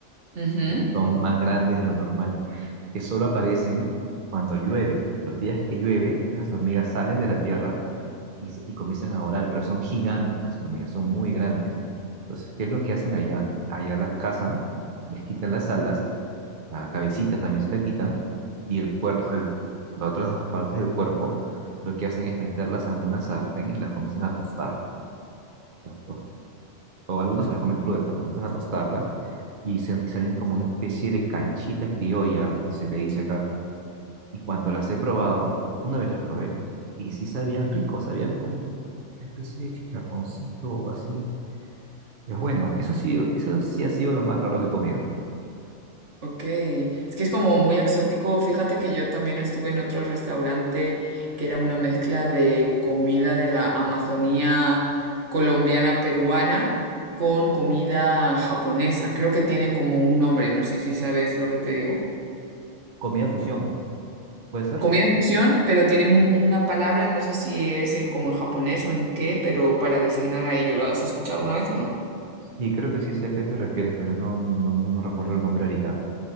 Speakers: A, on the right; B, on the right.
A: Ujú.
B: que son más grandes de lo normal, que solo aparecen cuando llueve. Los días que llueve, esas hormigas salen de la tierra y, se- y comienzan a volar, pero son gigantes las hormigas, son muy grandes. Entonces, ¿qué es lo que hacen allá? Allá las cazan, les quitan las alas, la cabecita también se la quitan y el cuerpo, el- las otras dos partes del cuerpo, lo que hacen es meterlas en una sartén y las comienzan a tostar. Las tos- o algunos se las comen crudas, pero comienzan a tostarlas y, se- y salen como una especie de canchita criolla, se le dice acá y cuando las he probado, una vez las probé, y sí sabían rico, sabían como una especie de chicharroncito o así. Y Es bueno, eso sí, eso sí ha sido lo más raro que he comido.
A: Ok, es que es como muy exótico. Fíjate que yo también estuve en otro restaurante que era una mezcla de comida de la Amazonía colombiana peruana con comida japonesa. Creo que tiene como un nombre, no sé si sabes lo que te digo.
B: Comida fusión, ¿puede ser?
A: Comida fusión, pero tiene un- una palabra, no sé si es en- como en japonés o en qué, pero para designar a ello. ¿Lo has escuchado alguna vez o no?
B: Sí, creo que sí sé a qué te refieres, pero no, no, no me recuerdo el nombre ahorita.